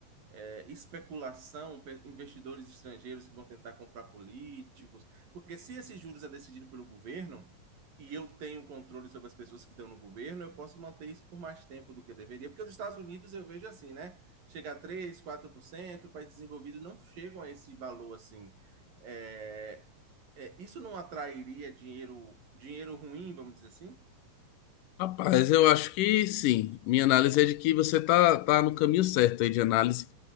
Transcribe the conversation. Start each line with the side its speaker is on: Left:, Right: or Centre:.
Right: é, especulação, pe- investidores estrangeiros que vão tentar comprar políticos, porque se esses juros é decidido pelo governo e eu tenho controle sobre as pessoas que estão no governo, eu posso manter isso por mais tempo do que deveria, porque os Estados Unidos eu vejo assim, né? Chega a três, quatro por cento países desenvolvidos não chegam a esse valor assim. É, é, isso não atrairia dinheiro, dinheiro ruim, vamos dizer assim?
Left: Rapaz, eu acho que sim. Minha análise é de que você tá, tá no caminho certo aí de análise.